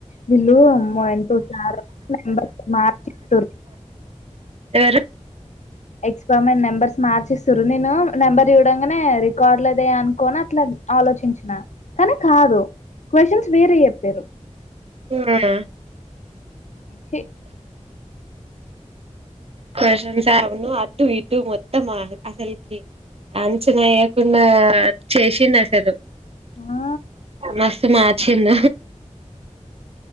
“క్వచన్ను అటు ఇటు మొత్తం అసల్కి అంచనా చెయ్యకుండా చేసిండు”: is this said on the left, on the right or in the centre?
Right